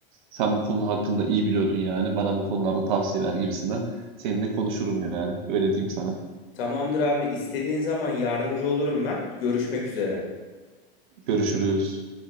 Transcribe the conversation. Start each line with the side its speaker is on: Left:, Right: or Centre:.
Right: Sen bu konu hakkında iyi biliyordun yani. Bana bu konularda tavsiye ver gibisinden. Seninle konuşurum yani. Öyle diyeyim sana.
Left: Tamamdır abi istediğin zaman yardımcı olurum ben. Görüşmek üzere.
Right: Görüşürüz.